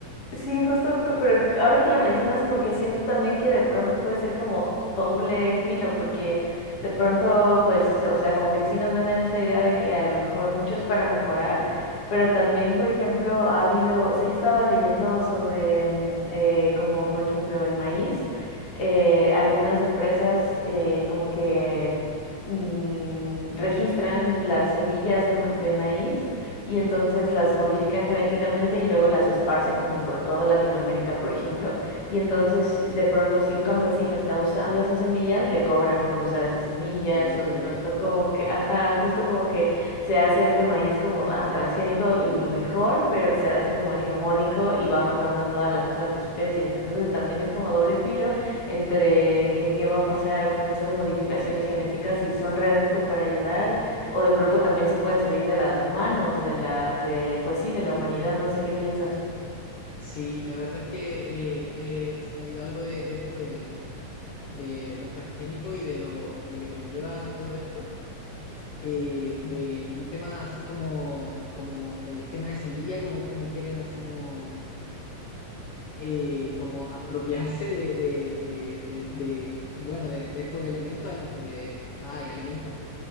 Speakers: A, on the left (about 45°); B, on the left (about 85°).
A: sí, justo, co- pero ahora que lo mencionas, como que siento también que de pronto puede ser como doble filo, porque de pronto, pues, o sea, como que sí nos venden esta idea de que a lo mejor mucho es para mejorar, pero también, por ejemplo, ha habido, o sea, yo estaba leyendo sobre, mm, eh, como por ejemplo, el maíz, eh, algunas empresas eh, como que mm, registran las semillas de ma- de maíz y entonces las modifican genéticamente y luego las esparcen como por toda Latinoamérica, por ejemplo. Y entonces de pronto si un campesino está usando esas semillas, le cobran por usar esas semillas
B: Oh, horrible.
A: o de pronto como que, ajá, justo como que se hace este maíz como, ajá, transgénico y mejor, pero se hace como hegemónico y va matando a todas las otras especies. Entonces también es como doble filo entre qué, qué va a pasar con estas modificaciones genéticas, si son realmente para ayudar o de pronto también se pueden salir de las manos de la, de, pues sí, de la humanidad, no sé qué piensas.
B: Sí, la verdad es que eh, he sabido algo de, de esto del, de los transgénicos y de lo, de lo que conlleva todo esto, eh, de un tema así como, como el tema de semilla, como, como quieren así como, eh, como apropiarse de, de, de, de- de, bueno, de, de estos elementos, ani- de, ay, alimentos.